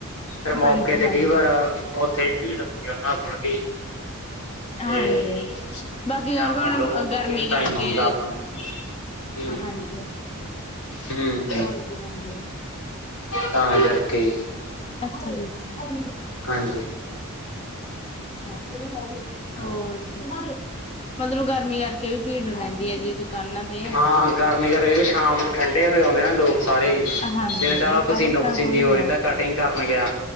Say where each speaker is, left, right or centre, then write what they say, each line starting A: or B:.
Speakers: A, on the left; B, on the left.
A: ਫਿਰ ਮੌਕੇ
B: ਹਾਂਜੀ
A: ਤੇ
B: ਹਾਂਜੀ।
A: ਕਈ ਵਾਰ ਉੱਥੇ ਭੀੜ ਹੁੰਦੀ ਉਹਨਾਂ ਕੋਲ ਵੀ। ਤੇ
B: ਹਾਂਜੀ ਬਾਕੀ
A: ਜਾਂ
B: ਕਿਉਂਕਿ
A: ਮੰਨ
B: ਹੁਣ
A: ਲਓ
B: ਗਰਮੀ
A: ਵੀ ਟਾਈਮ
B: ਕਰਕੇ
A: ਹੁੰਦਾ ਆਪਣੇ ਹੂੰ
B: ਹਾਂਜੀ
A: ਹੂੰ।
B: ਹਾਂਜੀ ਹਾਂਜੀ।
A: ਤਾਂ ਕਰਕੇ
B: ਅੱਛਾ ਜੀ ਅੱਛਾ।
A: ਹਾਂਜੀ।
B: ਅੱਛਾ
A: ਹਾਂ।
B: ਹੋਰ ਜੀ। ਮਤਲਬ ਗਰਮੀ ਕਰਕੇ ਵੀ ਭੀੜ ਰਹਿੰਦੀ ਹੈ ਜੀ। ਦੁਕਾਨਾਂ ਤੇ
A: ਹਾਂ ਗਰਮੀ ਕਰਕੇ ਸ਼ਾਮ ਨੂੰ ਠੰਡੇ ਹੋਏ ਆਉਂਦੇ ਆ ਲੋਕ ਸਾਰੇ ਹੀ
B: ਹਾਂਜੀ
A: ਦਿਨ ਤਾਂ
B: ਦੁਪਹਿਰੇ
A: ਪਸੀਨੋ
B: ਤਾਂ
A: ਪਸੀਨੀ
B: ਕੋਈ
A: ਹੋ
B: ਨੀ
A: ਜਾਂਦਾ
B: ਆਉਂਦਾ
A: ਕਟਿੰਗ ਕਰਨ ਗਿਆ।